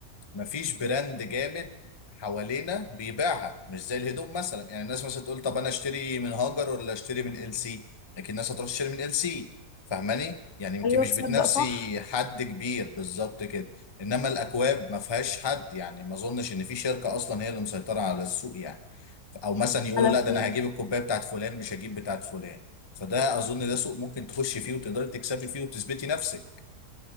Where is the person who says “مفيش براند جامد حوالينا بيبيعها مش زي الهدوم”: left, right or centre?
Left